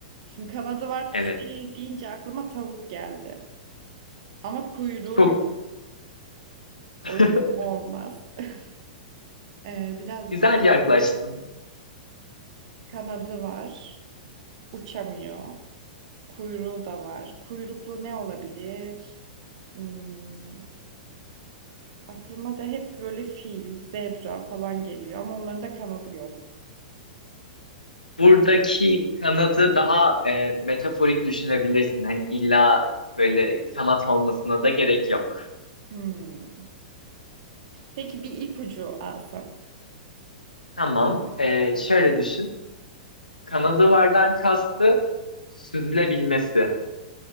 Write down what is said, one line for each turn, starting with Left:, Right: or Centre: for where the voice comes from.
Right: Şimdi kanadı var, kuş
Left: Evet.
Right: değil deyince aklıma tavuk geldi. Ama kuyruğu
Left: Çok
Right: yok.
Left: <laughs>
Right: O yüzden olmaz. <laughs> Ee, biraz
Left: güzel
Right: düşün.
Left: yaklaştın.
Right: Kanadı var. Uçamıyor. Kuyruğu da var. Kuyruklu ne olabilir? Hmm, aklıma da hep böyle fil, zebra falan geliyor ama onların da kanadı yok.
Left: Buradaki
Right: Ne?
Left: kanadı daha e, metaforik düşünebilirsin. Hani illa böyle kanat olmasına da gerek yok.
Right: Hmm. Peki bir ipucu alsam.
Left: Tamam. Ee, şöyle düşün. Kanadı vardan kastı süzülebilmesi.